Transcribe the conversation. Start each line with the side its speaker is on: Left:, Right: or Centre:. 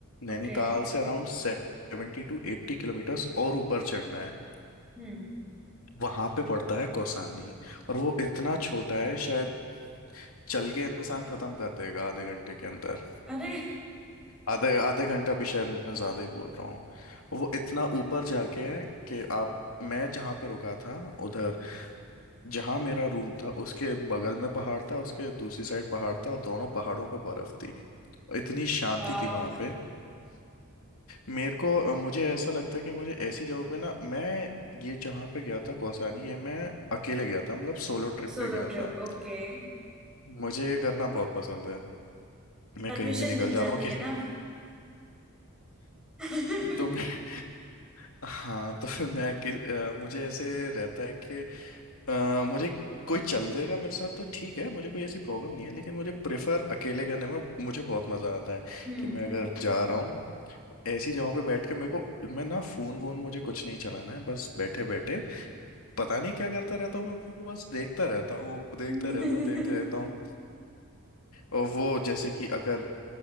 Left: नैनीताल
Centre: ओके
Left: से अराउंड सेवेंटी टू एट्टी किलोमीटर्स और ऊपर चढ़ना है
Centre: हम्म
Left: वहां पे पड़ता है कौसानी और वो इतना छोटा है शायद चल के इंसान खत्म कर देगा आधे घंटे के अंदर
Centre: अरे
Left: आधे आधे घंटा भी शायद मैं ज्यादा ही बोल रहा हूँ वो इतना ऊपर जाके है कि आप मैं जहाँ पे रुका था उधर जहाँ मेरा रूम था उसके बगल में पहाड़ था उसके दूसरी साइड पहाड़ था और दोनों पहाड़ों पे बर्फ थी इतनी शांति
Centre: वाह
Left: थी वहां पे मेरे को अ, मुझे ऐसा लगता है कि मुझे ऐसी जगहों पे ना मैं ये जहाँ पे गया था कौसानी ये मैं अकेले गया था मतलब सोलो ट्रिप
Centre: Solo
Left: पे गया
Centre: trip
Left: था
Centre: okay
Left: मुझे ये करना बहुत पसंद है मैं
Centre: परमिशन
Left: कहीं भी निकल
Centre: मिल
Left: जाता
Centre: जाती
Left: हूँ किस
Centre: है ना <laughs>
Left: तो मैं <laughs> हाँ तो फिर मैं किस अ, मुझे ऐसे रहता है कि अ, मुझे कोई चल देगा मेरे साथ तो ठीक है मुझे कोई ऐसी प्रॉब्लम नहीं है लेकिन मुझे प्रेफर अकेले करने में मुझे बहुत मज़ा आता है
Centre: हम्म
Left: कि मैं अगर जा रहा हूँ ऐसी जगहों पे बैठ के मेरे को मैं ना फोन वोन मुझे कुछ नहीं चलाना है बस बैठे बैठे पता नहीं क्या करता रहता हूँ मैं, बस देखता रहता हूँ देखता
Centre: <laughs>
Left: रहता हूँ देखते रहता हूँ और वो जैसे कि अगर